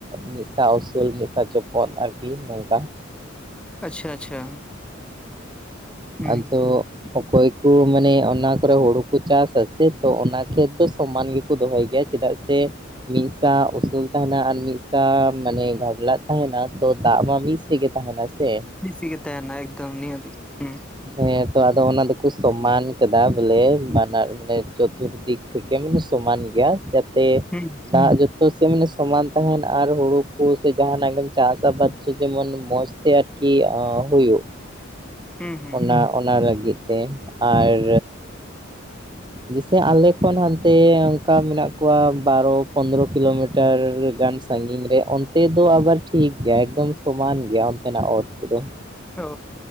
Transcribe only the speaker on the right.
ᱢᱤᱫᱥᱟ ᱩᱥᱩᱞ ᱢᱤᱫᱥᱟ ᱪᱚᱯᱚᱫ ᱟᱨᱠᱤ ᱱᱚᱝᱠᱟ ᱾
ᱟᱫᱚᱻ ᱚᱠᱚᱭ ᱠᱚ ᱢᱟᱱᱮ ᱚᱱᱟ ᱠᱚᱨᱮ ᱦᱩᱲᱩ ᱠᱚ ᱪᱟᱥ ᱟᱥᱮ ᱛᱚ ᱚᱱᱟ ᱠᱷᱮᱛ ᱫᱚ ᱥᱚᱢᱟᱱ ᱜᱮᱠᱚ ᱫᱚᱦᱚᱭ ᱜᱮᱭᱟ ᱾ ᱪᱮᱫᱟᱜ ᱥᱮᱼᱼ ᱢᱤᱫᱥᱟ ᱩᱥᱩᱞ ᱛᱟᱦᱮᱱᱟ ᱟᱨ ᱢᱤᱫᱥᱟ ᱢᱟᱱᱮ ᱜᱷᱟᱰᱞᱟᱜ ᱛᱟᱦᱮᱱᱟ ᱛᱚ ᱫᱟᱜ ᱢᱟ ᱢᱤᱫ ᱥᱮᱜᱮ ᱛᱟᱦᱮᱱᱟ ᱥᱮ
ᱦᱮᱸ ᱛᱚ ᱟᱫᱚ ᱚᱱᱟ ᱫᱚᱠᱚ ᱥᱚᱢᱟᱱ ᱠᱟᱫᱟ ᱵᱚᱞᱮ ᱵᱟᱱᱟᱨ ᱢᱟᱱᱮ ᱪᱚᱛᱩᱨᱫᱤᱠ ᱛᱷᱮᱠᱮ ᱢᱟᱱᱮ ᱥᱚᱢᱟᱱ ᱜᱮᱭᱟ ᱡᱟᱛᱮ
ᱫᱟᱜ ᱡᱚᱛᱚ ᱥᱮ ᱢᱟᱱᱮ ᱥᱚᱢᱟᱱ ᱛᱟᱦᱮᱱ ᱟᱨ ᱦᱩᱲᱩ ᱠᱚ ᱥᱮ ᱡᱟᱦᱟᱱᱟᱜ ᱜᱮᱢ ᱪᱟᱥ ᱟᱵᱟᱫᱽ ᱪᱚ ᱡᱮᱢᱚᱱ ᱢᱚᱡᱽ ᱛᱟ ᱛᱮ ᱟᱨᱠᱤ ᱦᱩᱭᱩᱜ
ᱚᱱᱟ ᱚᱱᱟ ᱞᱟᱹᱜᱤᱫ ᱛᱮ ᱟᱨ ᱡᱮᱥᱮ ᱟᱞᱮ ᱠᱷᱚᱱ ᱦᱟᱱᱛᱮ ᱚᱱᱠᱟ ᱢᱮᱱᱟᱜ ᱠᱚᱣᱟ ᱵᱟᱨᱚ ᱯᱚᱱᱫᱨᱚ ᱠᱤᱞᱳᱢᱤᱴᱟᱨ ᱜᱟᱱ ᱥᱟᱺᱜᱤᱧ ᱨᱮ ᱚᱱᱛᱮ ᱫᱚ ᱟᱵᱟᱨ ᱴᱷᱤᱠ ᱜᱮᱭᱟ ᱮᱠᱫᱚᱢ ᱥᱚᱢᱟᱱ ᱜᱮᱭᱟ ᱚᱱᱛᱮᱱᱟᱜ ᱚᱛ ᱠᱚᱫᱚ ᱾